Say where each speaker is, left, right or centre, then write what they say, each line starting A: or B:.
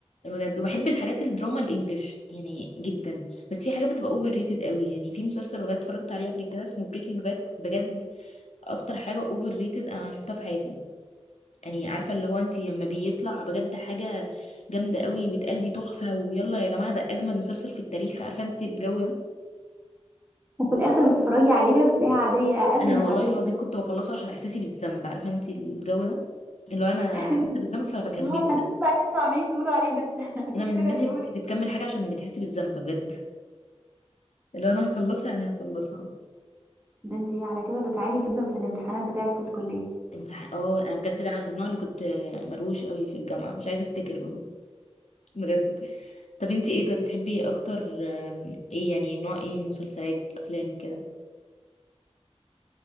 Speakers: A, on the left; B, on the right.
A: بجد وبحب الحاجات الدراما الانجليش يعني جدا بس في حاجات بتبقى اوفر ريتد قوي يعني في مسلسل بجد اتفرجت عليه قبل كده اسمه بريكنج باد بجد اكتر حاجة اوفر ريتد انا شفتها في حياتي يعني عارفة اللي هو انت لما بيطلع بجد حاجة جامدة قوي ويتقال دي تحفة ويلا يا جماعة ده اجمد مسلسل في التاريخ عارفة انت الجو ده
B: وفي الاخر بتتفرجي عليها بتلاقيها عاديه اقل
A: انا
B: من
A: والله
B: العاديه
A: العظيم
B: كمان
A: كنت بخلصه عشان احساسي بالذنب عارفه انت الجو ده اللي هو انا
B: <laughs>
A: حاسه بالذنب فانا بكمله
B: اللي هو انا هشوف بقى اللي انتوا عمالين تقولوا عليه ده <laughs> هشوف
A: انا من الناس
B: كده بيقول
A: اللي بت-
B: إيه.
A: بتكمل حاجه عشان بتحس بالذنب بجد اللي هو انا هخلصها انا هخلصها
B: ده انت على كده بتعاني جدا في الامتحانات بتاعه الكليه
A: امتحان اه انا بجد انا من النوع اللي كنت مروش قوي في الجامعه مش عايزه افتكر والله بجد طب انت ايه طب بتحبي اكتر آم، ايه يعني نوع ايه مسلسلات افلام كده